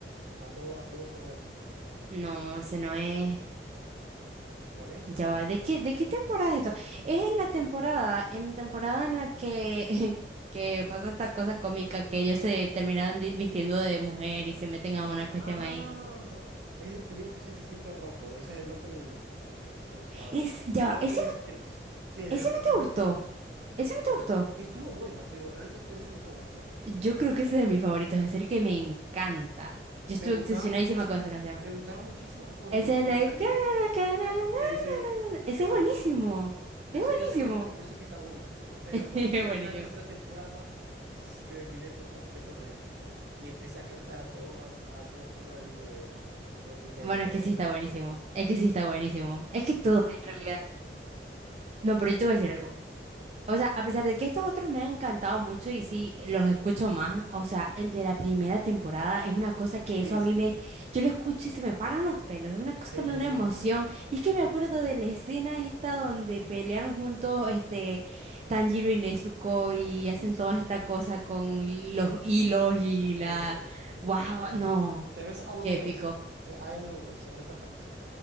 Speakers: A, on the right (about 75°); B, on the right (about 35°).
A: a todo, a todo poder.
B: No, ese no es.
A: ¿Cuál es
B: Ya
A: entonces?
B: va, ¿de qué, de qué temporada es esto? Es en la temporada, en la temporada en la que, <laughs> que pasa esta cosa cómica que ellos se terminan di- vistiendo de mujer y se meten a una cuestión
A: Ah,
B: ahí.
A: ese te digo que es el Distrito Rojo. Ese es el opening. Esto, a
B: Es,
A: ver.
B: ya
A: El
B: va,
A: opening
B: ese no
A: tres Sí, de
B: ¿Ese
A: la
B: no te
A: segunda
B: gustó?
A: temporada. Esto
B: ¿Ese no te gustó?
A: estuvo bueno, pero realmente no es mi favorito.
B: Yo creo que ese es de mis favoritos, en serio que me encanta. Yo
A: Me
B: estuve
A: gustaba
B: obsesionadísima
A: muchísimo.
B: con esa canción.
A: Me gustaba muchísimo cuando,
B: Ese
A: cuando
B: es el de...
A: salió.
B: cara, cara, na,
A: Sí, sí,
B: na, na, na. Ese
A: ese
B: es buenísimo.
A: yo sé. Yo
B: Es
A: sé,
B: buenísimo.
A: yo sé que está, yo sé que está bueno, pero
B: <laughs>
A: cuando
B: Es
A: salió
B: buenísimo.
A: el de la tercera temporada, s- me olvidé por completo de él. Y empecé a cantar a todo, a, a todo furor el de eh, el de
B: Bueno,
A: los
B: es
A: dos,
B: que sí
A: el de
B: está
A: la voz.
B: buenísimo. Es
A: Sí.
B: que sí está buenísimo. Es que todo, en realidad. No, pero yo te voy a decir algo. O sea, a pesar de que estos otros me han encantado mucho y sí los escucho más, o sea, el de la primera temporada es una cosa que
A: Sí,
B: eso a
A: sí.
B: mí me, yo lo escucho y se me paran los pelos, es una cosa
A: Sí,
B: que me
A: yo
B: da una
A: sé.
B: emoción. Y es que me acuerdo de la escena esta donde pelean juntos este Tanjiro y Nezuko y hacen
A: Sí, sí.
B: toda esta cosa con los hilos y
A: Yo
B: la,
A: sé.
B: wow,
A: Ah,
B: no,
A: está- ¿Te ves aún
B: qué
A: me
B: épico.
A: ves? Eh, AMV sobre esa parte.